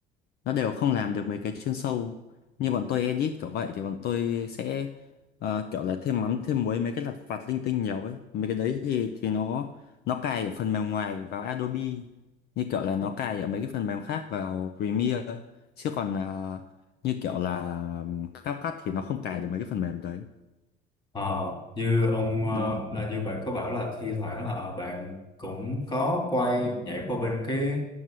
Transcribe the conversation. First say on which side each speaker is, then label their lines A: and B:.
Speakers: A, on the left; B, on the left.
A: nó đều không làm được mấy cái chuyên sâu như bọn tôi edit kiểu vậy thì bọn tôi sẽ ờ, kiểu là thêm mắm thêm muối mấy cái lặt vặt linh tinh nhiều ấy mấy cái đấy thì thì nó nó cài ở phần mềm ngoài vào Adobe như kiểu là nó cài ở mấy cái phần mềm khác vào Premiere chứ còn ờ, như kiểu là CapCut thì nó không cài được mấy cái phần mềm đấy
B: Ờ, như ông
A: nó
B: ờ, à, như bạn có bảo là thi thoảng là ờ, bạn cũng có quay nhảy qua bên cái